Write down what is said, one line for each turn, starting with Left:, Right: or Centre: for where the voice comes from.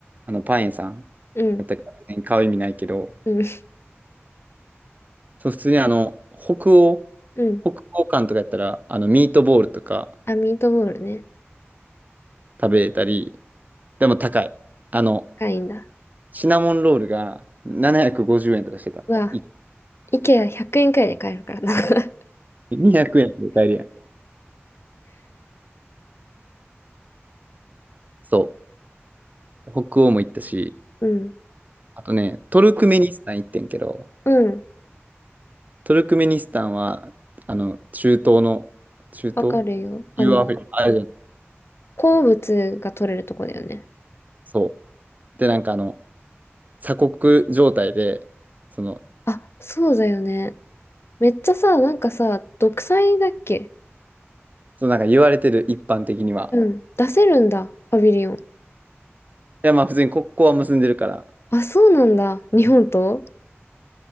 Right: あの、パン屋さん
Left: うん、
Right: やったから、別に買う意味ないけど、
Left: うん、
Right: そう、普通にあの、北欧、
Left: うん。
Right: 北欧館とかやったら、あの、ミートボールとか
Left: あ、ミートボールね。
Right: 食べれたり、でも高い。あの、
Left: 高いんだ。
Right: シナモンロールが750円とかしてた。
Left: うわ、
Right: い
Left: イケア100円くえんくらいで買えるからな。<laughs>
Right: 200円で買えるやん。そう。北欧も行ったし、
Left: うん、
Right: あとね、トルクメニスタン行ってんけど、
Left: うん、
Right: トルクメニスタンは、あの、中東の、中東
Left: わかるよ。あの、
Right: 中央アフリカ、アジアの
Left: 鉱物が取れるとこだよね。
Right: そう。で、なんかあの、鎖国状態で、その、
Left: あ、そうだよね。めっちゃさ、なんかさ、独裁だっけ
Right: そうなんか言われてる一般的には、
Left: うん、出せるんだ、パビリオン。
Right: いや、まあ普通に国交は結んでるから。
Left: あ、そうなんだ、日本と